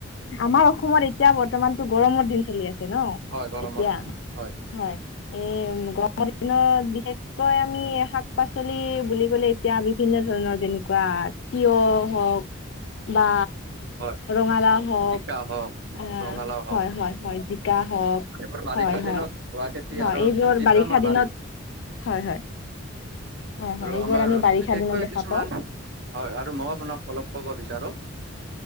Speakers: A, on the left; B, on the right.
A: আমাৰ অসমত এতিয়া বৰ্তমানতো গৰমৰ দিন চলি আছে ন'।
B: হয় গৰমৰ
A: এতিয়া
B: দিন হয়।
A: হয়। এই গৰমৰ দিনত বিশেষকৈ আমি শাক পাচলি বুলি ক'লে এতিয়া বিভিন্ন ধৰণৰ যেনেকুৱা তিয়হ হওক বা
B: হয়
A: ৰঙালাও হওক,
B: জিকা হওক
A: আ,
B: ৰঙালাও হওক
A: হয় হয় হয়। জিকা হওক
B: এইবোৰ বাৰিষা
A: হয় হয়।
B: দিনত হোৱা খেতি
A: হয়
B: আৰু
A: এইবোৰ
B: ভেন্দিটো
A: বাৰিষা
B: আমাৰ
A: দিনত, হয় হয়। হয় হয়
B: আৰু
A: এইবোৰ
B: আমাৰ
A: আমি বাৰিষা
B: বিশেষকৈ
A: দিনত দেখা
B: কিছুমান
A: পাওঁ
B: হয় আৰু মই আপোনাক অলপ ক'ব বিচাৰো